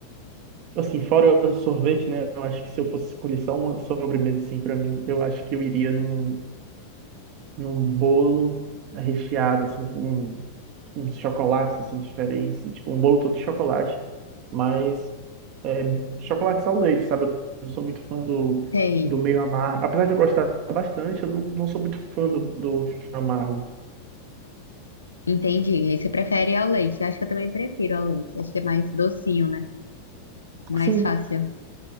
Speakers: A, on the right; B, on the left.
A: assim, fora o sorvete, né? Eu acho que se eu fosse escolher só uma sobremesa, assim, para mim, eu acho que eu iria num, num bolo recheado, assim, com uns chocolates, assim, diferentes. Tipo, um bolo todo de chocolate, mas é, chocolate ao leite, sabe? Eu não sou muito fã do,
B: Sei.
A: do meio amargo. Apesar de eu gostar bastante, eu não, não sou muito fã do, do amargo.
B: Entendi. Aí você prefere ao leite. Eu acho que eu também prefiro ao leite. Acho que é mais docinho, né? Mais
A: Assim,
B: fácil.